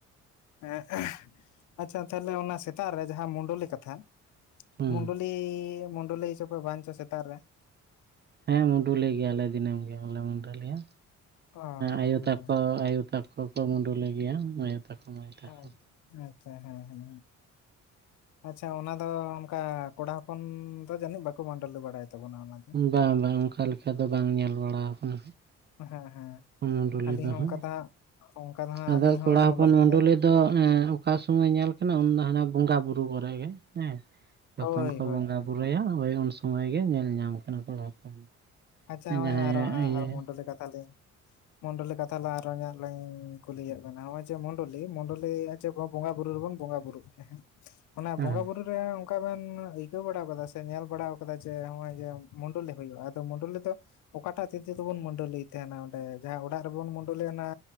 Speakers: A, on the left (about 75°); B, on the right (about 35°).
A: ᱦᱮᱸ ᱟᱪᱪᱷᱟ ᱛᱟᱦᱚᱞᱮ ᱚᱱᱟ ᱥᱮᱛᱟᱜ ᱨᱮ, ᱡᱟᱦᱟᱸ ᱢᱳᱰᱳᱞᱤ ᱠᱟᱛᱷᱟ?
B: ᱦᱩᱸ
A: ᱢᱳᱰᱳᱞᱤ, ᱢᱩᱰᱩᱞᱤ ᱪᱚ ᱠᱚ ᱵᱟᱝ ᱪᱚ ᱥᱮᱛᱟ ᱨᱮ?
B: ᱦᱮᱸ ᱢᱩᱰᱚᱞᱤ ᱜᱮᱭᱟᱞᱮ ᱫᱤᱱᱟᱹᱢ ᱜᱮ ᱟᱞᱮ ᱢᱩᱰᱩᱞᱤᱭᱼᱟ᱾
A: ᱚ
B: ᱟᱭᱳ
A: ᱦᱮᱸ
B: ᱛᱟᱠᱚ ᱟᱭᱳ ᱛᱟᱠᱚ ᱠᱚ ᱢᱩᱰᱩᱞ ᱜᱮᱭᱟ᱾ ᱛᱟ ᱠᱚ ᱢᱟᱹᱭ ᱛᱟᱠᱚ
A: ᱚ ᱟᱪᱪᱷᱟ ᱦᱮᱸ, ᱦᱮᱸ ᱟᱪᱪᱷᱟ ᱚᱱᱟ ᱫᱚ ᱚᱱᱠᱟ, ᱠᱚᱲᱟ ᱦᱚᱯᱚᱱ ᱫᱚ ᱡᱟᱹᱱᱤᱡ ᱵᱟᱠᱚ ᱢᱟᱹᱰᱚᱞᱤ ᱵᱟᱲᱟᱭ᱾ ᱛᱟᱵᱚᱱᱟ ᱚᱱᱟ ᱫᱚ-
B: ᱵᱟᱝ, ᱵᱟᱝ ᱚᱱᱠᱟ ᱞᱮᱠᱟ ᱫᱚ ᱵᱟᱝ ᱧᱮᱞ ᱵᱟᱲᱟᱣ ᱟᱠᱟᱱᱟ᱾
A: ᱦᱮᱸ ᱦᱮᱸ
B: ᱢᱩᱰᱚᱞᱤ
A: ᱟᱹᱞᱤᱧ
B: ᱫᱚ
A: ᱦᱚᱸ
B: ᱦᱟᱜ,
A: ᱚᱱᱠᱟ ᱦᱟᱸᱜ ᱚᱱᱠᱟ ᱫᱚ ᱦᱟᱸᱜ
B: ᱟᱫᱚ
A: ᱟᱹᱞᱤᱧ ᱦᱚᱸ
B: ᱠᱚᱲᱟᱸ ᱦᱚᱯᱚᱱ
A: ᱵᱟᱹᱞᱤᱧ
B: ᱢᱩᱰᱚᱞᱤ
A: ᱧᱮᱞ
B: ᱫᱚ ᱫᱚ ᱚᱠᱟ ᱥᱚᱢᱚᱭ ᱧᱮᱞ ᱠᱟᱱᱟ᱾ ᱩᱱ ᱫᱚ ᱦᱟᱱᱟ ᱵᱚᱸᱜᱟ ᱵᱩᱨᱩ ᱠᱚᱨᱮ ᱜᱮ᱾ ᱦᱮᱸ ᱡᱚᱠᱷᱚᱱ
A: ᱦᱳᱭ
B: ᱠᱚ
A: ᱦᱳᱭ
B: ᱵᱚᱸᱜᱟ
A: ᱦᱳᱭ
B: ᱵᱩᱨᱩᱭ-ᱟ᱾ ᱦᱳᱭ ᱩᱱ ᱥᱚᱢᱚᱭ ᱜᱮ, ᱧᱮᱞ ᱧᱟᱢ ᱠᱟᱱᱟ ᱠᱚ ᱦᱚᱯᱚᱱ
A: ᱟᱪᱪᱷᱟ
B: ᱡᱟᱦᱟᱸᱭ
A: ᱱᱚᱜᱚᱭ ᱟᱨᱚ ᱦᱟᱸ
B: ᱤᱭᱟᱹ
A: ᱢᱚᱱᱰᱚᱞᱤ ᱠᱟᱛᱷᱟ ᱞᱤᱧ ᱢᱚᱱᱰᱚᱞ ᱠᱟᱛᱷᱟ ᱞᱮᱠᱟᱛᱮ, ᱟᱨᱚ ᱞᱤᱧ ᱞᱮᱧ ᱠᱩᱞᱤᱭᱮᱫ ᱵᱮᱱᱟ᱾ ᱱᱚᱜᱼᱚᱭ ᱡᱮ ᱢᱚᱱᱰᱚᱞᱤ, ᱢᱩᱚᱱᱰᱚᱞᱤ ᱮᱫ ᱵᱚᱸᱜᱟ ᱵᱩᱨᱩ ᱨᱮᱵᱚᱱ ᱵᱚᱸᱜᱟ ᱵᱩᱨᱩᱜ ᱜᱮᱭᱟ ᱾ ᱦᱮᱸ ᱚᱱᱟ
B: ᱦᱮᱸ
A: ᱵᱚᱸᱜᱟ ᱵᱩᱨᱩ ᱰᱩ ᱨᱮ ᱚᱱᱠᱟ ᱵᱮᱱ ᱟᱹᱭᱠᱟᱹᱣ ᱵᱟᱲᱟ ᱟᱠᱟᱫᱟ ᱥᱮ, ᱧᱮᱞ ᱵᱟᱲᱟ ᱟᱠᱟᱫᱟ ᱡᱮ ᱱᱚᱜᱼᱚᱭ ᱡᱮ, ᱢᱩᱰᱚᱞᱤ ᱦᱩᱭᱩᱜᱼᱟ᱾ ᱢᱩᱟᱰᱚᱞᱤ ᱫᱚ ᱚᱠᱟᱴᱟᱜ ᱛᱤᱛᱮ ᱵᱚᱱ ᱢᱩᱰᱚᱞᱤᱭᱮᱫ ᱛᱟᱦᱮᱱᱟ᱾ ᱚᱸᱰᱮ ᱡᱟᱦᱟᱸ ᱚᱲᱟᱜ ᱨᱮᱵᱚᱱ ᱢᱩᱰᱟᱹᱚᱞᱤᱭᱱᱟ᱾